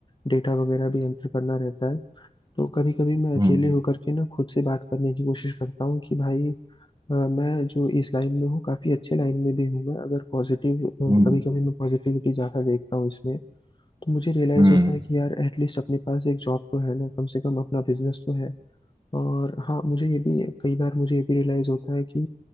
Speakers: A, on the left (about 30°); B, on the right (about 25°).
A: डेटा वगैरह भी एंटर करना रहता है तो कभी कभी मैं
B: हम्म
A: अकेले होकर के ना खुद से बात करने की कोशिश करता हूँ कि भाई अ, मैं जो इस लाइन में हूँ काफी अच्छे लाइन में भी हूँ मैं अगर पॉजिटिव कभी
B: हम्म
A: कभी मैं पॉजिटिविटी ज्यादा देखता हूँ इसमें तो मुझे रियलाइज
B: हम्म
A: होता है कि यार एटलीस्ट अपने पास एक जॉब तो है ना कम से कम अपना बिजनेस तो है और हाँ मुझे ये भी कई बार मुझे ये भी रियलाइज होता है कि